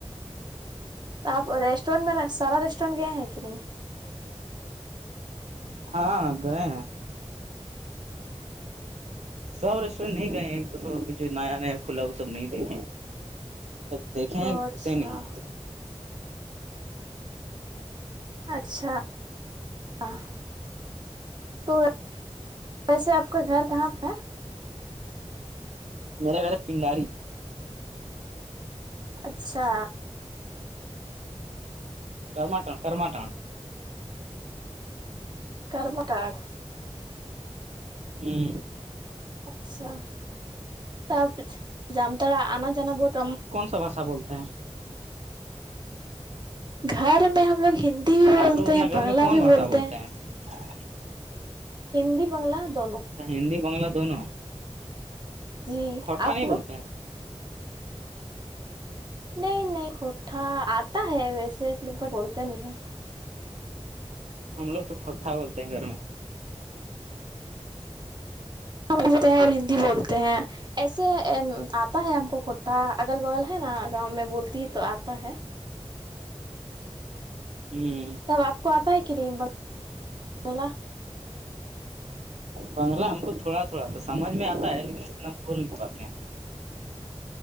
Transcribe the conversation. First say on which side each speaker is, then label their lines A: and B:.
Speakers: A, on the right; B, on the right.
A: تو آپ ریسٹورینٹ میں سارا ریسٹورینٹ گئے ہیں کہ نہیں
B: ہاں گئے ہیں سب ریسٹورینٹ نہیں گئے تو اب جو نیا نیا کھلا وہ سب نہیں دیکھے مب دیکھیں
A: او
B: ہیں گھسے
A: اچھا
B: نہیں
A: اچھا ہاں تو ویسے آپ کا گھر کہاں پہ ہے
B: ما خھر پنڈاری
A: اچھا
B: ٹماٹا کرماٹان
A: کرم کارڈ
B: ہوں
A: اچھا تب جامتڑا آنا جانا بت
B: باشا بولتے ہیں
A: گھر میں ہم لوگ ہندی بھی بولتے
B: آپ لوگ اپنا
A: ہیں
B: گھر
A: بنگلہ
B: میں کون
A: بھی بولتے ہیں
B: <inaudible>
A: ہندی بنگلہ دونوں
B: اچھا ہندی بنگلہ دونوں
A: جی
B: کھوٹا
A: آپ
B: نہیں
A: لوگ
B: بولتے ہیں
A: نہیں نہیں کٹھا آتا ہے ویسے ل ب بولتے نہیں ہے
B: ہم لوگ تو کھٹا بولتے ہیں گھر میں
A: بولتے ہیں اور ہندی بولتے ہیں ایسے آتا ہے ہم کو کھٹا اگل بغل ہے نا گاؤں میں بولتی ہی تو آتا ہے
B: ہوں
A: تب آپ کو آتا ہے کہ نہیں بنگلہ
B: بنگلہ ہم کو تھوڑا تھوڑا تو سمجھ میں آتا ہے لیکن اتنا ہم بول نہیں پاتے ہیں